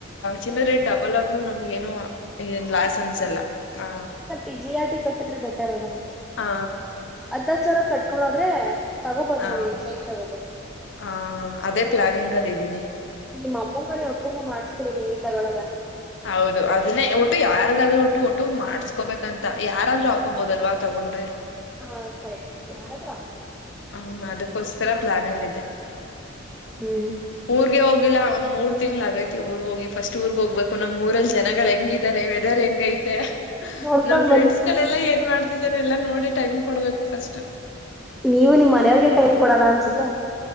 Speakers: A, on the left (about 65°); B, in the centre.
A: ಚಿ ರೇಟ್ ಡಬಲ್ ಆದರು ನಮ್ಗೆ ಏನು ಇನ್ ಲಸನ್ಸ್ ಎಲ್ಲ ಹ
B: ಿ ಜಿ ಆರ್ ಿ ಕಟ್ಟಿದ್ರೆ ಬೆಟರ್ ಅಲ್ವಾ
A: ಹಾ
B: ಹದ್ ಹತ್್ ಸಾವಿರ ಕಟ್ಕೊಂಡು ಹೋದ್ರೆ ತಗೋಬೋದು
A: ಹ
B: ನೋಡಿ ಕೈ ತಗೋಬೋದು
A: ಹ ಅದೇ ಪ್ಲಾನಿಂಗ್ ಅಲ್ಲಿ ಇದ್ದೀನಿ
B: ನಿಮ್ಮ್ ಅಮ್ಮಂಗನೇ ಒಪ್ಪಂಗ ಮಾಡ್ಸ್ಕಡಿ ನೀವ ಈ ತಗೊಳದ
A: ಹೌದು ಅದನ್ನೇ ಒಟ್ಟು ಯಾರಿಗಾದ್ರೂ ಒಟ್ಟು ಒಟ್ಟು ಮಾಡ್ಸ್ಕೊಬೇಕಂತ ಯಾರಾದ್ೂ ಹಾಕೋಬೋದಲ್ವಾ ತಗೊಂಡ್ರೆ
B: ಹ ಕರೆಕ್ಟ್ ಯಾರಾದ್ರೂ ಹಾಕಬಹುದು
A: ಹ್ಮ್ ಅದಕ್ಕೋಸ್ಕರ ಪ್ಲಾನ್ ಎಲ್ಲಿದೆೇನೆ
B: ಹ್ಮ್
A: ಊರ್ಗೆ ಹೋಗಿಲ್ಲ ಒಂದ್ ಮೂರ್ ತಿಂಗ್ಗಳ ಆಗೈತಿ ಊರ್ಗ್ ಹೋಗಿ ಫಸ್ಟ್ ಊರ್ಗ್ ಹೋಗಬೇಕು ನಮ್ ಮೂರಲ್ ಜನಗಳು ಹೆಂಗಿ ಾರೆ ವೆದರ್ ಹೆಂಗ ಐತೆ
B: ನೋಡ್ಕೊಂಡ್
A: ನಾವ್ ಫ್ರೆಂಡ್ಸ್
B: ಬನ್ನಿ
A: ಗಳೆಲ್ಲಾ ಏನ್ ಮಾಡ್ತಿದಿದ್ದಾರೆ ಎಲ್ಲಾ ನೋಡಿ ಟೈಮ್ ಕೊಡ್ಬೇಕು ಫಸ್ಟ್
B: ನೀವು ನಿಮ್ಮ್ನೆಯವ್ರಗೆ ಟೈಮ್ ಕೊಡಲ್ಲ ಅನ್ಸುತ್ತೆ